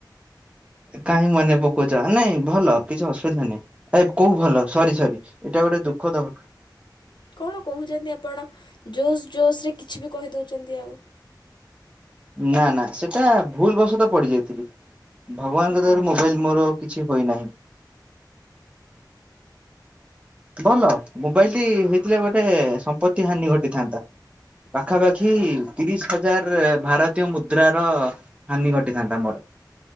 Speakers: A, on the right; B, on the left.
A: କାହିଁ ମନେ ପକଉଛ ନାଇଁ ଭଲ କିଛି ଅସୁବିଧା ନାଇଁ ଏ କୋଉ ଭଲ ସରି ସରି ଏଇଟା ଗୋଟେ ଦୁଃଖଦ ଘଟଣା।
B: କଣ କହୁଛନ୍ତି ଆପଣ ଜୋସ୍ ଜୋସ୍ ରେ କିଛି ବି କହିଦଉଚନ୍ତି ଆଉ।
A: ନା ନା ସେଟା ଭୁଲ ବଶତଃ ପଡି ଯାଇଥିଲି। ଭଗବାନଙ୍କ
B: ହଁ।
A: ଦ୍ଵାରା ମୋବାଇଲ୍ ମୋର କିଛି ହୋଇନାହିଁ। ଭଲ ମୋବାଇଲ୍ ଟି ହେଇଥିଲେ ଗୋଟେ ସମ୍ପତ୍ତି ହାନି ଘଟିଥାନ୍ତା। ପାଖାପାଖି ତିରିଶ ହଜାର ଭାରତୀୟ ମୁଦ୍ରାର ହାନି ଘଟିଥାନ୍ତା ମୋର।